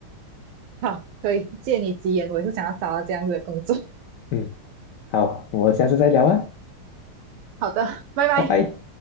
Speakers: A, on the right (about 75°); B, on the left (about 85°).
A: <laughs> 好，所以借你吉言，我也是想要找到这样子的工作。<laughs>
B: 嗯，好，我们下次再聊啊，
A: 好的，拜拜。
B: 拜拜。